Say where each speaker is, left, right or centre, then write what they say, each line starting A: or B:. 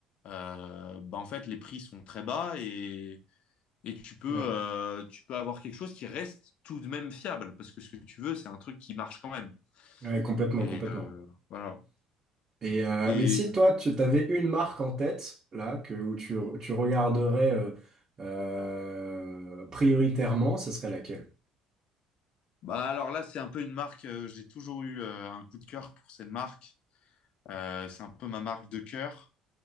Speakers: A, on the left; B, on the right.
A: euh, bah, en fait, les prix sont très bas et, et tu peux,
B: Ouais.
A: euh, tu peux avoir quelque chose qui reste tout de même fiable, parce que ce que tu veux, c'est un truc qui marche quand même.
B: Ouais, complètement,
A: Et
B: complètement.
A: euh, voilà.
B: Et euh,
A: Et
B: mais si toi, tu t'avais une marque en tête, là, que, où tu, tu regarderais euh, euh, prioritairement, ce serait laquelle?
A: Bah alors là, c'est un peu une marque. euh, j'ai toujours eu euh, un coup de cœur pour cette marque. Euh, c'est un peu ma marque de cœur.